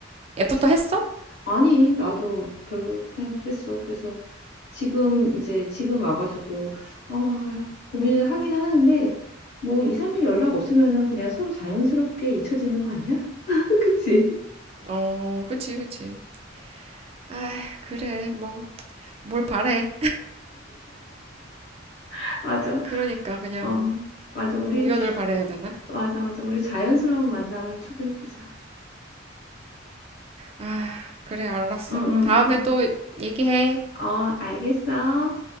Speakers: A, on the right (about 30°); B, on the left (about 60°).
A: 애프터
B: 자,
A: 했어?
B: 아니, 나도 별로 그냥 그랬어. 그래서 지금 이제 지금 와가지고, 아, 고민을 하기는 하는데, 뭐 2, 3일 연락 없으면은 그냥 서로 자연스럽게 잊혀지는 거 아니야? <laughs> 그치?
A: 어, 그치 그치. 아 그래 뭐 뭘 바래?
B: <laughs> 맞아.
A: 그러니까 그냥
B: 어,
A: 뭐
B: 맞아. 우리,
A: 우연을 바래야 되나?
B: 맞아, 맞아. 우리 자연스러운 만남을 추구해보자.
A: 아 그래 알았어.
B: 응, 응,
A: 다음에
B: 응, 응.
A: 또 얘기해.
B: 어, 알겠어.